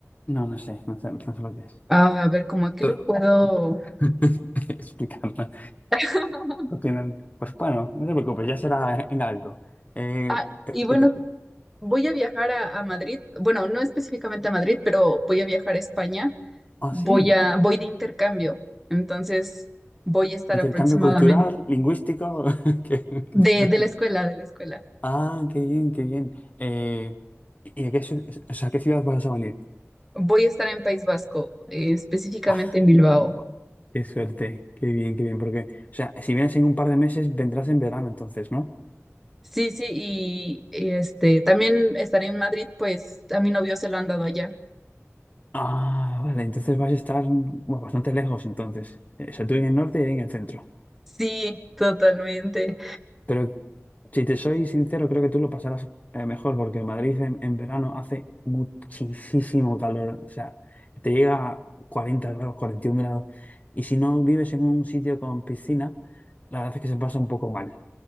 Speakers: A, on the left; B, in the centre.
A: No, no sé, no sé, no sé lo que es.
B: Ah, A ver, ¿cómo aquí
A: Toro.
B: lo puedo?
A: <laughs> Explicarme.
B: <laughs>
A: No tienen- Pues bueno, no te preocupes, ya será en algo. Eh,
B: Ah,
A: eh,
B: y bueno,
A: que te-
B: Voy a viajar a, a Madrid, bueno, no específicamente a Madrid, pero voy a viajar a España.
A: ah,
B: Voy
A: sí,
B: a, voy de intercambio, entonces voy a estar
A: intercambio
B: aproximadamente
A: cultural, lingüístico. <laughs> que- que
B: de,
A: te cuente.
B: de la escuela, de la escuela.
A: ah, qué bien, qué bien. Eh, ¿y a qué, ciu- o sea, a qué ciudad vas a venir?
B: Voy a estar en País Vasco, eh, específicamente
A: Ah,
B: en Bilbao.
A: bu- qué suerte, qué bien, qué bien, porque, o sea, si vienes en un par de meses, vendrás en verano entonces, ¿no?
B: Sí, sí, y, y, este también estaré en Madrid, pues a mi novio se lo han dado allá.
A: Ah, vale, entonces vas a estar bueno, bastante lejos entonces. Eh, O sea, tú en el norte y en el centro.
B: Sí, totalmente.
A: Pero si te soy sincero, creo que tú lo pasarás eh, mejor porque Madrid en, en verano hace muchísimo calor. O sea, te llega a 40 grados, 41 grados. Y si no vives en un sitio con piscina, la verdad es que se pasa un poco mal